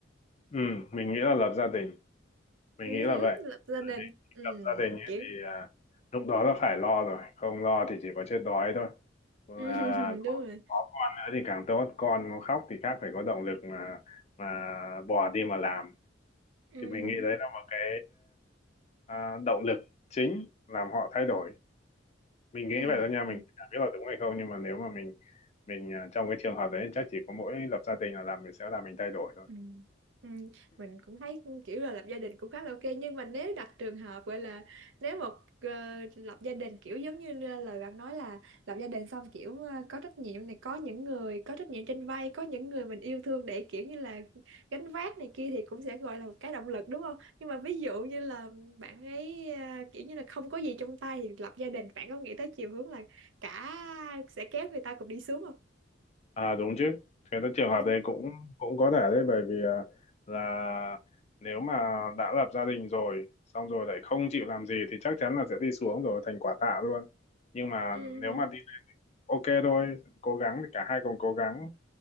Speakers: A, on the left; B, on the right.
A: ừ, mình nghĩ là lập gia đình mình
B: ừ.
A: nghĩ là
B: hử,
A: vậy
B: lập gia
A: bởi
B: đình
A: vì khi
B: ừ.
A: lập gia đình ấy,
B: kiểu
A: thì à, lúc đó là phải lo rồi không lo thì chỉ có chết đói thôi
B: Ừ,
A: à,
B: <laughs>
A: có,
B: đúng rồi
A: có con nữa thì càng tốt con nó khóc thì khác phải có động lực mà mà bò đi mà làm
B: ừ
A: thì mình nghĩ đấy là một cái à, động lực chính làm họ thay đổi mình nghĩ
B: ừ
A: vậy thôi nha mình
B: ừ
A: chẳng biết là đúng hay không nhưng mà nếu mà mình mình à, trong cái trường hợp đấy chắc chỉ có mỗi lập gia đình là làm mình sẽ làm mình thay đổi thôi
B: ừ ừ. mình cũng thấy kiểu là lập gia đình cũng khá là ok nhưng mà nếu đặt trường hợp gọi là nếu một ờ, lập gia đình kiểu giống như lời bạn nói là lập gia đình xong kiểu ờ, có trách nhiệm này có những người có trách nhiệm trên vai có những người mình yêu thương để kiểu như là gánh vác này kia thì cũng sẽ gọi là một cái động lực đúng không nhưng mà ví dụ như là bạn ấy ờ, kiểu như là không có gì trong tay thì lập gia đình bạn có nghĩ tới chiều hướng là cả sẽ kéo người ta cùng đi xuống
A: À đúng chứ. Thế là trường
B: không
A: hợp đấy cũng cũng có thể đấy bởi vì à, là nếu mà đã lập gia đình rồi xong rồi lại không chịu làm gì thì chắc chắn là sẽ đi xuống rồi thành quả tạ luôn. Nhưng mà
B: ừ
A: nếu mà đi ok thôi, cố gắng thì cả hai cùng cố gắng